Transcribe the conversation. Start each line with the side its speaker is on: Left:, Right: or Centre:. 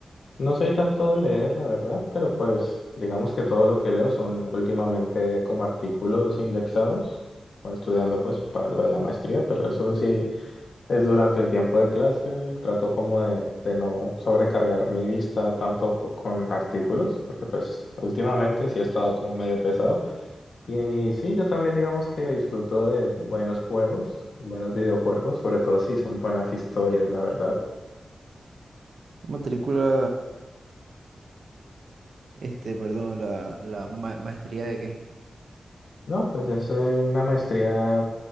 Left: No soy tanto de leer, la verdad, pero pues digamos que todo lo que leo son últimamente como artículos indexados, o estudiando pues para lo de la maestría, pero eso sí es durante el tiempo de clase, trato como de, de no sobrecargar mi vista tanto co- con artículos, porque pues últimamente sí he estado como medio pesado. Y, y sí, yo también digamos que disfruto de buenos juegos, buenos videojuegos, sobre todo si son buenas historias, la verdad.
Right: Matrícula Este, perdón, la, la ma- maestría de qué.
Left: No, pues es eh, una maestría